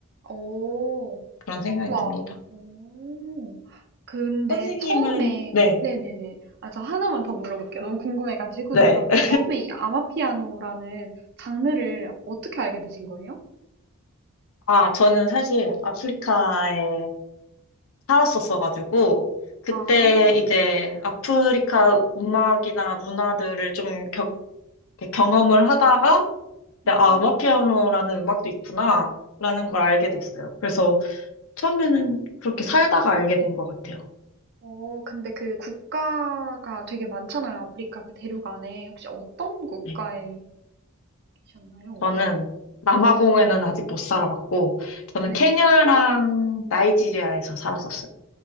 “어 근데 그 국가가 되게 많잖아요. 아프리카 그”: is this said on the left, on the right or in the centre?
Right